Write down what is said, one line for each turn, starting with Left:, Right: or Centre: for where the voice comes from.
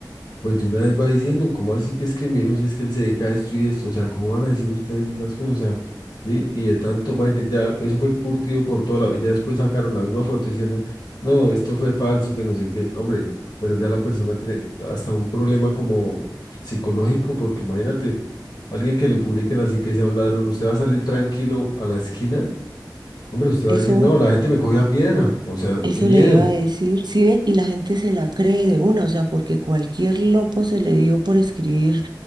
Left: pues de una vez va diciendo, ¿cómo así que es que mi hijo, si es que él se dedica a esto y esto? O sea, ¿cómo van a decir ustedes esas cosas? O sea, sí, y de tanto, imagínate, ya eso fue curtido por todo lado, y ya después sacaron la misma foto diciendo, no, esto fue falso, que no sé qué. Hombre, pero ya la persona tiene hasta un problema como psicológico, porque imagínate, alguien que lo publiquen así que sea un ladrón, usted va a salir tranquilo a la esquina, hombre, usted va
Right: eso.
Left: a decir, no, la gente me cogió a piedra, o sea,
Right: Eso
Left: qué miedo.
Right: le iba a decir, sí ve, y la gente se la cree de una, o sea, porque cualquier loco se le dio por escribir